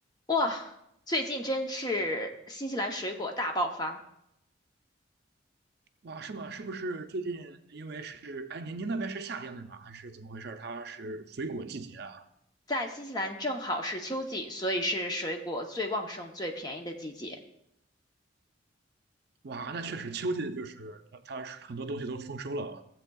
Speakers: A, on the left; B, on the right.
A: 哇，最近真是新西兰水果大爆发，
B: 哇，是吗？是不是最近因为是，哎，您您那边是夏天对吧？还是怎么回事？它是水果季节啊？
A: 在新西兰正好是秋季，所以是水果最旺盛、最便宜的季节。
B: 哇，那确实秋季就是呃它是很多东西都丰收了啊。